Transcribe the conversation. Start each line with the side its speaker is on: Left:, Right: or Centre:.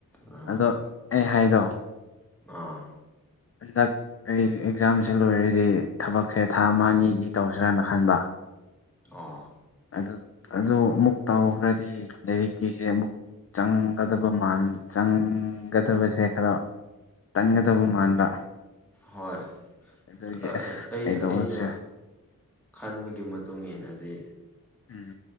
Centre: ꯎꯝ
Left: ꯑꯗꯣ ꯑꯩ ꯍꯥꯏꯗꯣ
Centre: ꯑꯥ
Left: ꯍꯟꯗꯛ ꯑꯩ ꯑꯦꯛꯖꯥꯝꯁꯦ ꯂꯣꯏꯔꯗꯤ ꯊꯕꯛꯁꯦ ꯊꯥ ꯑꯃ ꯑꯅꯤꯗꯤ ꯇꯧꯁꯤ꯭ꯔꯥꯅ ꯈꯟꯕ
Centre: ꯑꯣ
Left: ꯑꯗꯨ ꯑꯗꯨ ꯑꯃꯨꯛ ꯇꯧꯈ꯭ꯔꯗꯤ ꯂꯥꯏꯔꯤꯛꯀꯤꯁꯦ ꯑꯃꯨꯛ ꯆꯪꯒꯗꯕ ꯃꯥꯟ ꯆꯪꯒꯗꯕꯁꯦ ꯈꯔ ꯇꯟꯒꯗꯕ ꯃꯥꯟꯕ
Centre: ꯍꯣꯏ
Left: ꯑꯗꯨꯒꯤ
Centre: ꯑꯩ
Left: ꯑꯁ ꯀꯩꯗꯧꯔꯁꯤꯔ
Centre: ꯑꯩꯅ ꯈꯟꯕꯒꯤ ꯃꯇꯨꯡ ꯏꯟꯅꯗꯤ
Left: ꯎꯝ